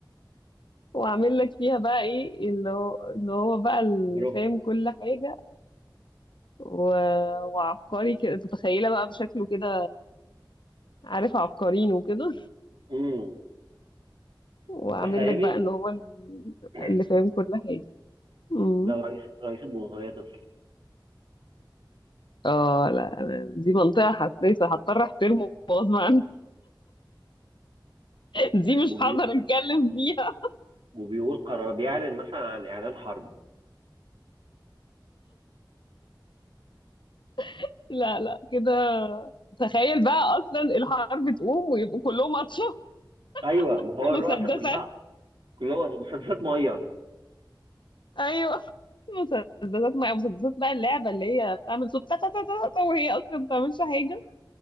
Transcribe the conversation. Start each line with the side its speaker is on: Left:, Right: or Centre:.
Left: وعامل لك فيها بقى إيه اللي هو إن هو بقى اللي
Right: برافو
Left: فاهم كل حاجة و... وعبقري كده تتخيلها بقى بشكله كده عارف عبقريين وكده
Right: امم
Left: وعامل
Right: تخيلي
Left: لك بقى إن هو ال-
Right: <clears throat>
Left: اللي فاهم كل حاجة مم.
Right: لو رئيس رئيس الجمهورية طفل
Left: اه لا أنا- دي منطقة حساسة هضطر احترمه غصب عني دي مش
Right: وبي...
Left: هقدر اتكلم فيها
Right: وبيقول قرار بيعلن مثلا عن إعلان حرب
Left: <laughs> لا لا كده تخيل بقى اصلا الحرب تقوم ويبقوا كلهم اطفال
Right: أيوه ما
Left: <laughs>
Right: هو الرؤساء
Left: مسدسات
Right: كلها كلها مسدسات مية
Left: ايوه مسدسات مع مسدسات بقى اللعبه اللي هي بتعمل صوت تا تا تا تا تا وهي اصلا ما بتعملش حاجه